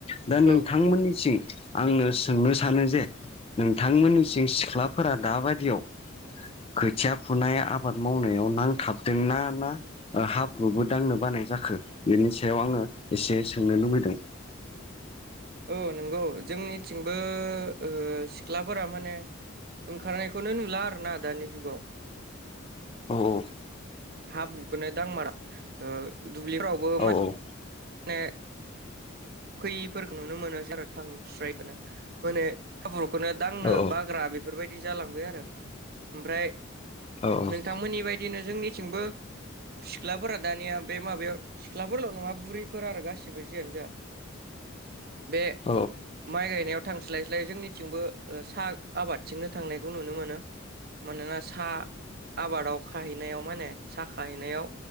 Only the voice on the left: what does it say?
दा नोंथां
मोननिसिं आङो सोंनो सानो जे नोंथांमोननिसिं सिख्लाफोरा दाबादियाव खोथिया फुनाय आबाद मावनायाव नांथाबदोंना ना ओ हाब्रुबो दांनो बा नाय जाखो बेनि सायाव आङो एसे सोंनो लुगैदों।
औ औ।
औ
औ
औ
औ